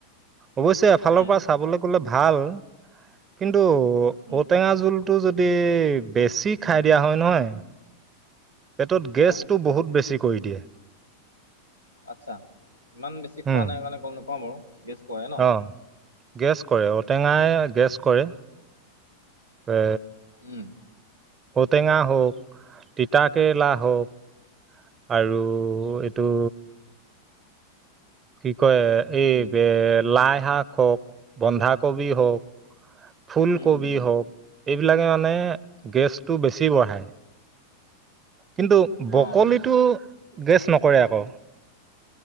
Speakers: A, on the right; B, on the left.
A: অৱশ্যে এফালৰ
B: উম,
A: পৰা চাবলৈ গ'লে ভাল কিন্তু কিন্তু
B: উম,
A: ঔটেঙা জোলটো যদি বেছি খাই দিয়া হয় নহয়। পেটত গেছটো
B: অঁ
A: বহুত বেছি কৰি দিয়ে।
B: আচ্ছা ইমান বেছি
A: উম
B: খোৱা নাই কাৰণে গম নাপাাওঁ বাৰু গেছ কৰে ন
A: অ গেছ কৰে ঔটেঙাই গেছ কৰে। পে
B: উম,
A: ঔ টেঙা হওঁক তিতা কেৰেলা হওঁক আৰু এইটো কি কয় এই
B: উম,
A: লাই শাক বন্ধাকবি হওঁক ফুলকবি
B: উম, হুম, হুম।
A: হওঁক এই এইবিলাকে মানে গেছটো বেছি বঢ়াই কিন্তু বকলিটো
B: অঁ
A: গেছ নকৰে আকৌ